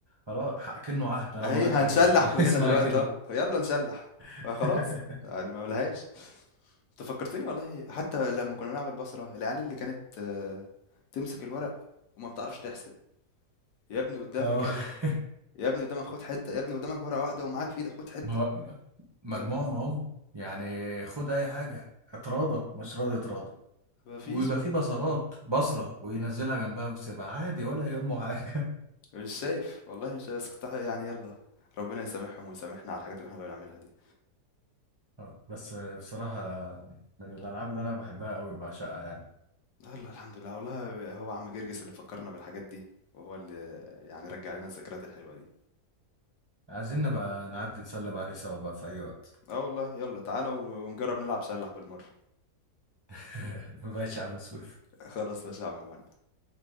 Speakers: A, on the right; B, on the left.
A: خلاص ح- كأنه عهد انا
B: أهي
A: مضيت
B: هنسلّح
A: عليه <laughs> إنه
B: كلّنا
A: اسمها
B: دلوقتي
A: كده
B: أهو، يالّا نسلّح،
A: <laughs>
B: فخلاص يعني ما لهاش. أنت فكّرتني والله حتى لمّا كنّا بنلعب البصرة، العيال اللي كانت آه، تمسك الورق وما بتعرفش تحسب، يا ابني قدّامك
A: اه
B: أهي،
A: <laughs>
B: يا ابني قدّامك خُد حتّة، يا ابني قدّامك ورقة واحدة ومعاك في إيدك خُد حتّة،
A: ما- ما- مجموعه
B: د
A: معهم يعني خد اي حاجه اتراضى مش راضي اتراضى
B: ما فيش
A: ويبقى
B: بقى،
A: في بصرات بصرة وينزلها جنبها ويسيبها عادي ولا يهمه حاجة
B: مش شايف، والله مش شايف، بس كنت ح يعني يالّا ربنا يسامحهم ويسامحنا على الحاجات اللي إحنا كنّا بنعملها دي.
A: آه، بس آه، بصراحة من الألعاب اللي أنا بحبها أوي بعشقها يعني
B: يالّا الحمد لله، والله هو عم جرجس اللي فكّرنا بالحاجات دي وهو اللي يعني رجّع لنا الذكريات الحلوة دي.
A: عايزين نبقى نعدي نسلم عليه سوا بقى في أي وقت
B: اه والله يلا تعالى و- ونجرب نلعب سلاح بالمرة
A: <laughs> ماشي يا عم سويف
B: <laughs> خلاص ماشي يا عم مهند